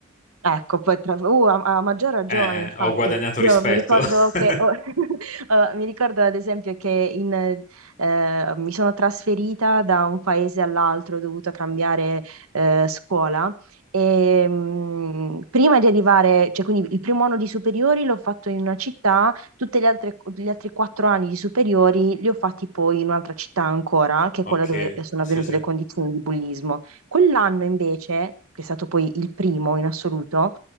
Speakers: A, on the right; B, on the left.
A: Ecco, poi tra... uh, ha, ha maggior ragione,
B: Eh, eh,
A: infatti.
B: ho guadagnato
A: Io
B: rispetto.
A: mi ricordo
B: <laughs>
A: che, <laughs> oh, eh, mi ricordo ad esempio che in, eh, mi sono trasferita da un paese all'altro, ho dovuto cambiare eh, scuola e mm, prima di arrivare, cioè quindi il primo anno di superiori l'ho fatto in una città, tutti gli altri, gli altri quattro anni di superiori li ho fatti poi in un'altra città ancora, che è
B: Ok,
A: quella dove sono
B: sì,
A: avvenute
B: sì.
A: le condizioni di bullismo. Quell'anno invece, che è stato poi il primo in assoluto,